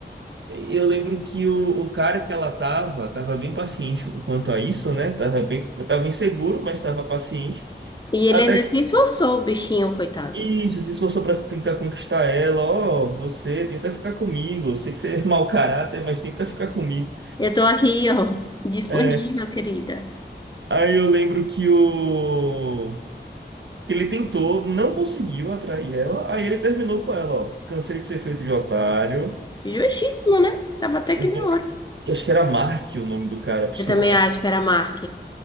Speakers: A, on the right (about 80°); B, on the left (about 25°).
A: Eu lembro que o, o cara que ela tava, tava bem paciente quanto a isso, né? Tava bem, tava inseguro, mas tava paciente.
B: E ele
A: Até
B: ainda se esforçou, o bichinho, coitado.
A: que isso, se esforçou pra tentar conquistar ela. Ó, você tenta ficar comigo. Eu sei que você é mau caráter, mas tenta ficar comigo.
B: Eu tô aqui, ó, disponível,
A: É,
B: querida.
A: aí eu lembro que o que ele tentou, não conseguiu atrair ela. Aí ele terminou com ela, ó. Cansei de ser feito de otário.
B: Justíssimo, né? Tava até que na
A: Você-
B: hora.
A: Acho que era Mark o nome do cara, por
B: Eu
A: sinal.
B: também acho que era Mark.